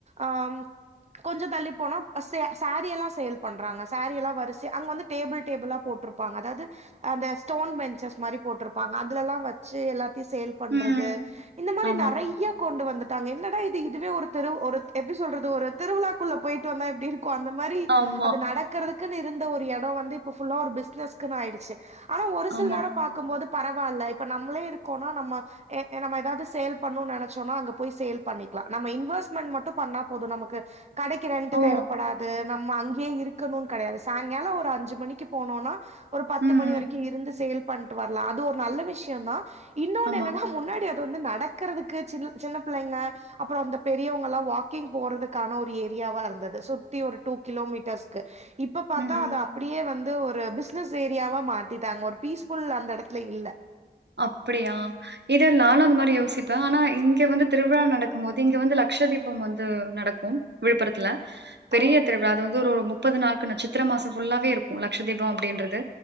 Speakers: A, on the right (about 40°); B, on the right (about 80°).
A: ஆ கொஞ்ச தள்ளிப்ப போனா <inaudible> சேரீ எல்லா சேல் பண்றாங்க சேரீ எல்லா வரிசையா அங்க வந்து டேபிள் டேபிளல்லா போட்டிருப் அதாது அந்த ஸ்டோன் பெஞ்சஸ் மாரி போட்டிருப்பாங்க அதுலல்லா வச்சு எல்லாத்யு சேல் பண்றது
B: ம்
A: இந்த மாரி
B: ஆமா
A: நெறைய கொண்டு வந்துட்டாங்க என்னடா இது இதுவே ஒரு திரு ஒரு எப்டி சொல்றது ஒரு திருவிழாக்குள்ள போயிட்டு வந்தா எப்டி இருக்குஅந்த மாரி
B: ஆமா
A: அது நடக்கறதுக் இருந்த ஒரு எடோ வந்து இப்ப புல்லா பிசினஸ்க்ன்னு ஆயிடுச்சு ஆனா ஒரு சில
B: ஆமா
A: நேரோ பாக்கும்போது பரவால்ல இப்ப நம்மளே இருக்கோனா நம்ம நம்ம ஏதாவது சேல் பண்ணனு நெனைச்சோனா அங்க போய் சேல் பண்ணிக்கலா நம்ம இன்வெஸ்ட்மெண்ட் மட்டு பண்ணா போது நமக்கு கடைக்கு ரென்ட்
B: ஓ
A: தேவைப்படாது நம்ம அங் கே இருக்குனு கெடையாது சாயங்காலோ ஒரு அஞ்சு மணிக்கு போனோன்னா ஒரு பத்து
B: ம்
A: மணி வரைக்கு இருந்து சேல் பண்ட்டு வர்லா அது ஒரு நல்ல விஷ்ய தா இன்னொன்னு
B: ஆமா
A: என்னன்னா முன்னாடி அது வந்து நடக்கிறதுக்கு சின் சின்ன பிள்ளைங்க அப்பரோ அந்த பெரியவங்க எல்லா வாக்கிங் போறதுக்கான ஒரு ஏரியாவா இருந்தது சுத்தி ஒரு டூ கிலோமீட்டர்ஸ்க்கு இப் இப்ப பாத்தா
B: ம்.
A: அத அப்டியே வந்து ஒரு பிஸ்னஸ் ஏரியாவா மாத்திட்டாங்க ஒரு பீஸ்ஃபுல் அந்த எடத்துல இல்ல
B: அப்புடியா இல்ல நானு அது மாரி யோசிப்ப ஆனா இங்க வந்து திருவிழா நடக்கும் போது இங்க வந்து லக்ட்ச தீபம் வந்து நடக்கும் விழுப்புரத்துல பெரிய
A: ஆ
B: திருவிழா அது வந்து ஒரு ஒரு முப் முப்பது நாளுக்கு இந்த சித்துர மாசோ ஃபுல்லாவே இருக்கு லக்ட்ச தீபோ அப்டின்றது